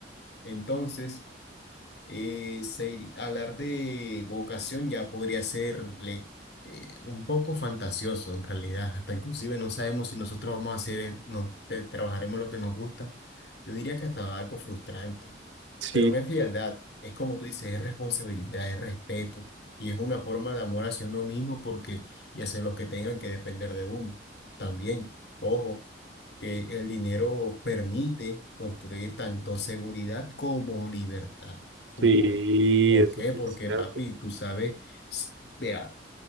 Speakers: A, on the left; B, on the right.
A: Entonces, eh, se- hablar de vocación ya podría ser le- eh, un poco fantasioso en realidad. Hasta inclusive no sabemos si nosotros vamos a hacer, eh, no, te- trabajaremos lo que nos gusta. Yo diría que hasta algo frustrante,
B: Sí,
A: pero no es frialdad, es como tú dices, es responsabilidad, es respeto y es una forma de amor hacia uno mismo porque y hacia los que tengan que depender de uno. También, ojo, que el dinero permite construir tanto seguridad como libertad futura.
B: sí,
A: ¿Por
B: eso
A: qué?
B: sí
A: Porque,
B: es cierto.
A: papi, tú sabes, s- vea,